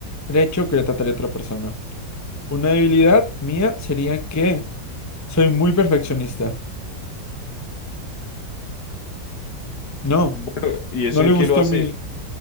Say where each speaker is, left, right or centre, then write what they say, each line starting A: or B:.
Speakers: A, on the left; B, on the left.
A: derecho que le trataría a otra persona. Una debilidad mía sería que soy muy perfeccionista. No,
B: Bueno, ¿y eso
A: no le
B: en
A: gustó
B: qué lo hace?
A: mi...